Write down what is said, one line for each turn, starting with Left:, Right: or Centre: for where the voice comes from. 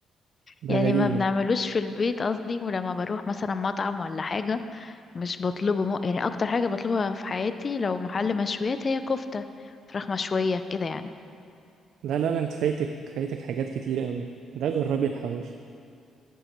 Right: ده
Left: يعني
Right: غريبه
Left: ما بنعملوش في البيت قصدي ولما بروح مثلا مطعم ولا حاجة مش بطلبه م... يعني اكتر حاجه بطلبها في حياتي لو محل مشويات هي كفته فراخ مشويه كده يعني
Right: لا لا لا انت فايتك فايتك حاجات كتير قوي ده جربي الحواوشي